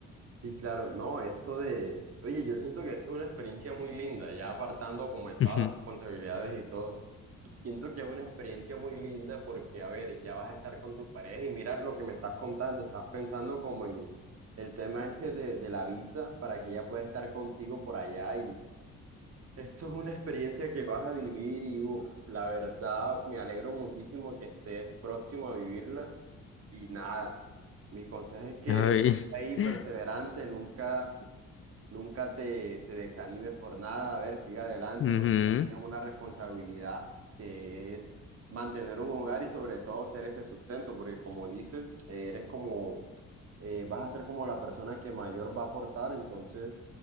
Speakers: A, on the right (about 50°); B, on the left (about 45°).
A: Sí, claro, no, esto de, oye, yo siento que esto es una experiencia muy linda, ya apartando como de todas
B: Ujú.
A: las responsabilidades y todo, siento que es una experiencia muy linda porque, a ver, ya vas a estar con tu pareja y mira lo que me estás contando, estás pensando como en el tema este de, de la visa para que ella pueda estar contigo por allá y esto es una experiencia que vas a vivir y, uff, la verdad, me alegro muchísimo que estés próximo a vivirla y nada, mi consejo es que
B: Ay.
A: ahí
B: <laughs>
A: perseverante, nunca Nunca te, te desanimes por nada, a ver, siga adelante
B: Ujú.
A: porque es una responsabilidad que es mantener un hogar y sobre todo ser ese sustento, porque como dicen, eh, eres como, eh, vas a ser como la persona que mayor va a aportar, entonces